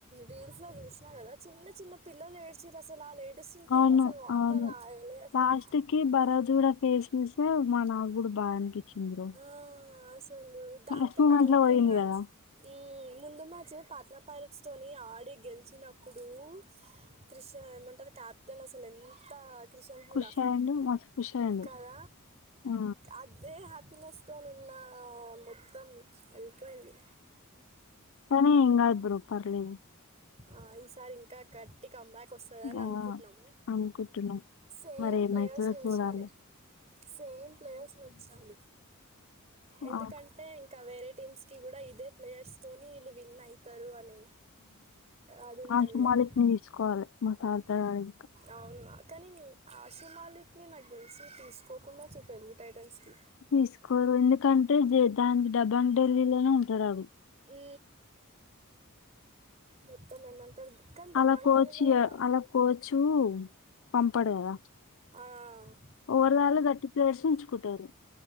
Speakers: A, on the right; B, on the left.
A: రీల్స్ లో చూసినా కదా చిన్న చిన్న పిల్లలు ఏడ్చిరు అసల వాళ్ళు ఏడుస్తుంటే
B: అవును
A: అసలు వాటర్
B: అవును
A: ఆగలే అసలు
B: లాస్ట్ కి భరత్ కూడా ఫేస్ చూస్తే మన నాక్ కూడా బాధ అనిపించింది బ్రో
A: ఆ అసలు దానికన్నా
B: లాస్ట్ మూమెంట్
A: ముందు
B: లో పోయింది
A: మ్యాచ్
B: కదా
A: ఉమ్ ముందు మ్యాచ్ పాత ఫైల్స్ తోని ఆడి గెలిచినప్పుడు క్రిష ఏమంటారు క్యాప్టెన్ అసలు ఎంత క్రిషన్ కూడా
B: ఖుషి అయ్యిండు మస్తు ఖుషి అయ్యిండు
A: కద
B: ఆ,
A: అదే హ తినేస్త నిన్న మొత్తం అయిపోయింది
B: కని ఇంక ఇద్దరు పర్లేదు
A: ఆ ఈసారి ఇంకా గట్టిగా కమ్ బ్యాక్ కోస్తదని
B: ఆ,
A: అనుకుంటున్నాము
B: అనుకుంటున్నాం
A: సేమ్
B: మరి ఏమైతుందో
A: ప్లేయర్స్నీ
B: చూడాలి
A: ఉంచాలే సేమ్ ప్లేయర్స్ హమ్ ఎందుకంటే
B: ఆ,
A: ఇక వేరే టీమ్స్ కి కూడా ఇదే ప్లేయర్స్తోని ఈల్లు విన్ అయి తరు అని అది ఉంటుంది
B: ఆశుమాలికని
A: కదా
B: తీసుకోవాలి మా తార్తడాడ ఇంక
A: అవును కానీ ఆశు మాలిక్ని నాకు తెలిసి తీసుకోకుండా తెలుగు టైటన్స్కి
B: తీసుకోరు ఎందుకంటే జ దానికి డబ్బాంగ్ ఢిల్లీలోనే ఉంటడు
A: ఉ మొత్తం ఏమంటారు కానీ
B: అలా
A: దబాంగ్
B: కోచు
A: గలీలో కూడా
B: అలా కోచు పంపడు కదా
A: ఆ-
B: ఓవర్ కట్టి ప్లేయర్స్ ఉంచుకుంటారు